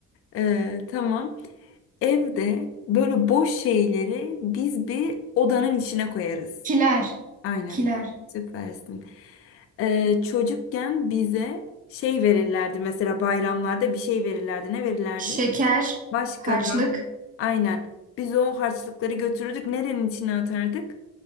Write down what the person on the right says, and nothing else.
Kiler.
Kiler.
Şeker.
Harçlık.